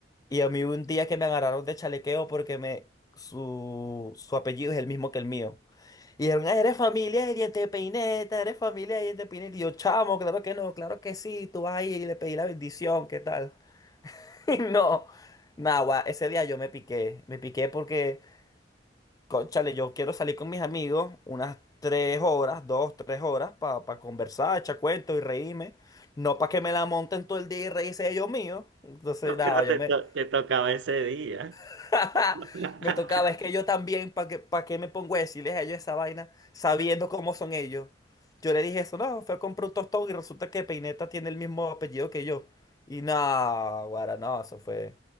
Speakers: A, on the left (about 20°); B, on the right (about 75°).
A: Y a mí hubo un día que me agarraron de chalequeo porque me, su, su apellido es el mismo que el mío. Y dijeron, "Ah, eres familia de Diente de Peineta, eres familia de Diente de Peineta. Y yo, chamo, claro que no, claro que sí, tú vas ahí y le pedí la bendición, ¿qué tal? <laughs> Y no, nada, ese día yo me piqué, me piqué porque, cónchale, yo quiero salir con mis amigos unas tres horas, dos, tres horas, para conversar, echar cuentos y reírme. No para que me la monten todo el día y reírse ellos míos. Entonces,
B: No,
A: nada,
B: Pero
A: yo
B: te,
A: me,
B: to- te tocaba ese día.
A: <laughs>
B: <laughs>
A: Me tocaba, es que yo también, ¿para qué, pa' qué me pongo a decirles a ellos esa vaina sabiendo cómo son ellos? Yo le dije eso, no, fue a comprar un tostón y resulta que Peineta tiene el mismo apellido que yo. Y no, guara, no, eso fue.